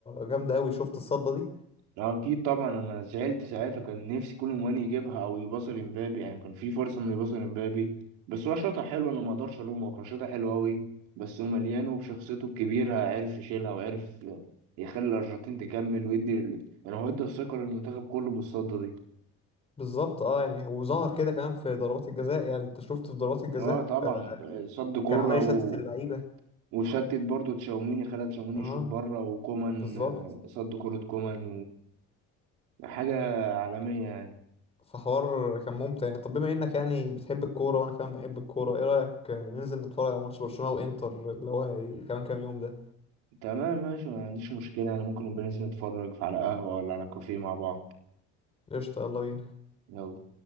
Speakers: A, on the left; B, on the right.
A: جامده قوي شفت الصده دي
B: اكيد طبعا انا زعلت ساعتها كان نفسي كل مواني يجيبها او يباصي لمبابي يعني كان في فرصة انه يباصي لمبابي بس هو شاطر حلو انا ما اقدرش الومه هو كان شاطر حلو قوي بس هو مليان وبشخصيته الكبيرة عرف يشيلها وعرف يخلي الارجنتين تكمل ويدي ال... يعني هو ادى الثقة للمنتخب كله بالصدة دي
A: بالظبط اه يعني وظهر كده كمان في ضربات الجزاء يعني انت شفت في ضربات الجزاء
B: اه طبعا
A: آه،
B: صد كورة
A: كان عمال يشتت
B: و...
A: اللعيبه
B: وشتت برضو تشاوميني خلى تشاوميني
A: اه
B: يشوط بره وكومان
A: بالظبط
B: آه، صد كورة كومان حاجة عالمية يعني
A: فحوار كان ممتع يعني طب بما انك يعني بتحب الكوره وانا كمان بحب الكوره ايه رايك ننزل نتفرج على ماتش برشلونه وانتر اللي هو هي- كمان كام يوم ده
B: تمام ماشي ما عنديش مشكلة يعني ممكن نبقى ننزل نتفرج على قهوة ولا على كافيه مع بعض
A: قشطه يلا بينا
B: يلا